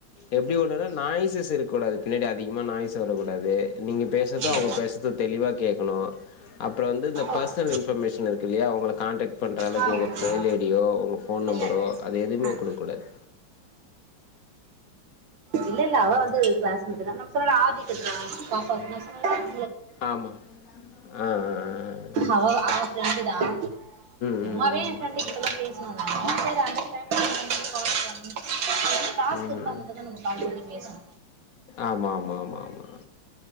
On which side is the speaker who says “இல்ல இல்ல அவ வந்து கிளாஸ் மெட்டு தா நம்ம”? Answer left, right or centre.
Right